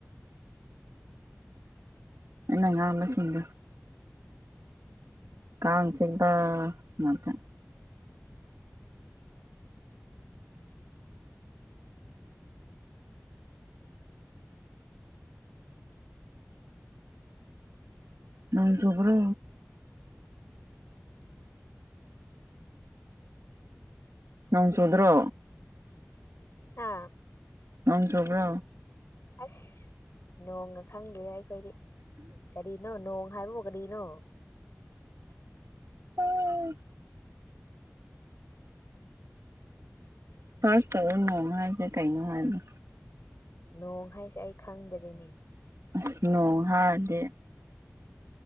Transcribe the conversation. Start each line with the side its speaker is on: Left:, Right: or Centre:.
Right: ꯑꯩꯅ ꯑ ꯉꯥꯡꯕꯁꯤꯡꯗꯣ ꯀꯥꯡꯁꯤꯗ ꯅꯠꯇ ꯅꯣꯡꯖꯨꯕ꯭ꯔꯣ ꯅꯣꯡ ꯆꯨꯗ꯭ꯔꯣ
Left: ꯑꯥ
Right: ꯂꯪ ꯆꯨꯕ꯭ꯔꯣ
Left: ꯑꯁ ꯅꯣꯡꯒ ꯈꯪꯗꯔ ꯑꯩꯈꯣꯏꯗꯤ ꯀꯔꯤꯅꯣ ꯅꯣꯡ ꯍꯥꯏꯕꯕꯨ ꯀꯔꯤꯅꯣ
Right: ꯎꯝ ꯐꯔꯁ ꯆ ꯑꯗꯨ ꯅꯣꯡ ꯍꯥꯏꯔꯁꯦ ꯀꯩꯅꯣ ꯍꯥꯏꯕ
Left: ꯅꯣꯡ ꯍꯥꯏꯁꯦ ꯑꯩ ꯈꯪꯗꯔꯦꯅꯦ
Right: ꯑꯁ ꯅꯣꯡ ꯍꯥꯏꯔꯗꯤ